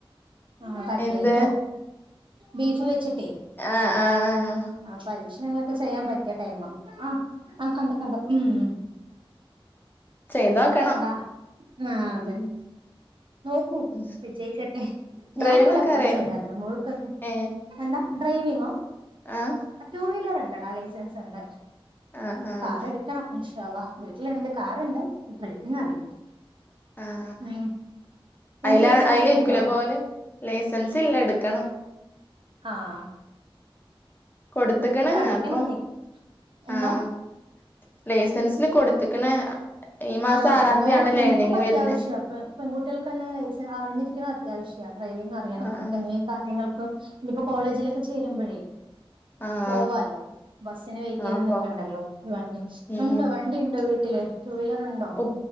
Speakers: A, on the right (about 60°); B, on the left (about 20°).
A: ആഹ് കട്ട്ലേറ്റോ
B: എന്ത്
A: ബീഫ് വെച്ചിട്ടെ
B: ആഹ് ആഹ് ആഹ്
A: ആഹ് പരീക്ഷണങ്ങളൊക്കെ ചെയ്യാൻ പറ്റിയ ടൈം ആഹ് ആഹ് കണ്ടു കണ്ടു ഉം
B: ചെയ്തോക്കണം
A: എന്നിട്ട എന്താ ആഹ് അതെ
B: ഉം
A: നോക്കൂ
B: ഉം
A: വിജയിക്കട്ടെ
B: ഡ്രൈവിംഗ്
A: ഞാന് വിടെ
B: ഒക്കെ
A: എപ്പോഴും
B: അറിയോ
A: ചെയ്യാറുണ്ട് മോൾക്കൊക്കെ
B: ഏഹ്
A: എന്താ ഡ്രൈവിങ്ങോ
B: ആഹ്
A: ടു വീലർ ഇണ്ട്ടാ ലൈസൻസ് ഉണ്ട്
B: ആഹ് ആഹ്
A: കാർ എടുക്കണം ഇൻഷാ അല്ലാഹ് വീട്ടിലിണ്ട് കാറുണ്ട് ഡ്രൈവിംഗ് അറിയില്ല
B: ആഹ്
A: ഉം നിനക്ക്
B: അയിലാ
A: ലൈസൻസ്
B: അയിലേര്ക്കും
A: ഒക്കെ ഉണ്ടോ
B: ലെ പോകലെ ലൈസൻസ് ഇല്ല എടുക്കണം
A: ആഹ്
B: കൊടുത്ത്ക്ക്ണ്
A: പഠിക്കണം
B: അപ്പൊ
A: നീ എന്താ
B: ആഹ് ലൈസൻസിന് കൊടുത്ത്ക്ക്ണ് ഈ മാസം
A: ആഹ്
B: ആറാം
A: വേണം
B: തീയതിയാണ് ലേണിംഗ്
A: നമുക്കിപ്പ അത്യാവശ്യ
B: വരുന്നേ
A: ഇപ്പ പെൺകുട്ടികൾക്കെല്ലാ ലൈസ് അറിഞ്ഞിരിക്ക്ണെ അത്യാവശ്യ ഡ്രൈവിംഗ് അറിയണം
B: ആഹ്
A: നമുക്ക്
B: ആഹ്
A: എന്തെങ്കി കാര്യങ്ങൾക്ക് ഇനിയിപ്പോ കോളേജിലൊക്കെ ചേരുമ്പോഴേ
B: ആഹ്
A: പോവാലോ ബസ്സിന് വെയിറ്റ്
B: ആഹ്
A: ചെയ്ത്
B: അപ്പൊ
A: നിക്കണ്ടല്ലോ വണ്ടി
B: ഉം
A: ഉണ്ടോ
B: ഉം
A: വണ്ടിണ്ടോ വീട്ടില് ടു വീലർ ഉണ്ടോ
B: ഉ